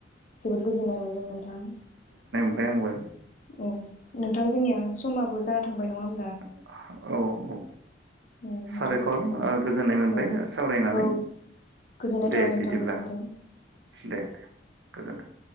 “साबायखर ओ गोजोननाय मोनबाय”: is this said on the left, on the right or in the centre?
Right